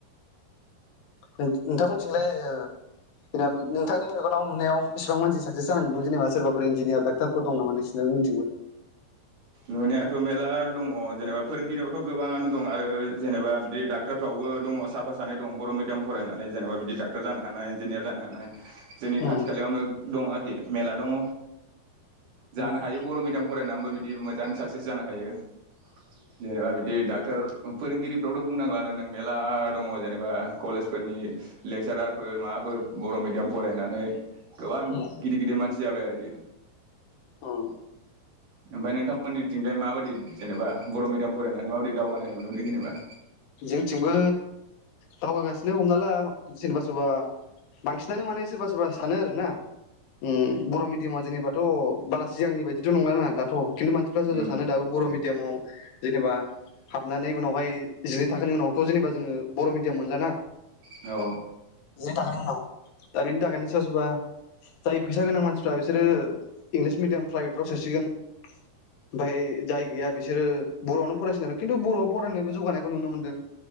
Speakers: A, on the left; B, on the right.
A: नों नोंथांमोनथिंलाय ओ जेनेबा नोंथांनि मेगनाव नुनायाव बेसेबां मानसि साकसेस जानाय नुयो जेनेबा सोरबाफोर इन्जिनियार डाक्टारफोर दं नामा नोंसिनिथिंबो।
B: नुनायाथ' मेरला दङ जेनेबा फोरोंगिरियावथ' गोबाङानो दं आरो जेनेबा बिदि डाक्टरफ्रावबो दङ साफा सानै दं बर' मिडियाम फरायनानै जेनेबा बिदि डाक्टर जानो हानाय इन्जिनियार जानो हानाय। जोंनि
A: उम
B: खाथि खालायावनो दं आरो खि मेरला दङ। जानो
A: उम
B: हायो बर' मिडियाम फरायनानैबो बिदि मो जां साक्सेस जानो हायो। जेनेबा बिदि दा फोर फोरोंगिरिफ्रावथ' बुंनांलानो नों मेरला दङ'। जेनेबा कलेजफोरनि लेक्सारारफोर माबाफोर बर' मिडियाम फरायनानै गोबां
A: उम
B: गिदिर गिदिर मानसि जाबाय आरोखि।
A: उम
B: ओमफ्राय नोंथां मोननिथिंजाय माबायदि जेनेबा बर' मिडियाम फरायनानै माबायदि दावगानाय नुनो मोनदों जेनेबा?
A: जोंथिंबो दावगागासिनो हमना ला जेनेबा सोरबा बांसिनानो माने सोरबा सोरबा सानो आरोना ओम बर' मिडियामा जेनेबाथ' बारा सिगांनि बायदिथ' नंलाना दाथ'। खिन्थु मानसिफ्रा सोरबा
B: उम
A: सोरबा सानो दाबो बर' मि डियामाव जेनेबा हाबनानै उनावहाय जिनै थाखोनि उनावथ' जेनेबा जोङो बर' मिडियाम मोनला ना।
B: औ।
A: जिनै थाखोनि उनाव दा बेनि थाखायनो सोरबा सोरबा जाय फैसा गोनां मानसिफ्रा बिसोरो इंलिस मिडियाम प्राइभेटफ्राव सोसिगोन। ओमफाय जाय गैया बिसोरो बर'आवनो फराय <unintelligible> खिन्थु बर'आव फरायनायबो जौगानाय खौ नुनो मोन्दों।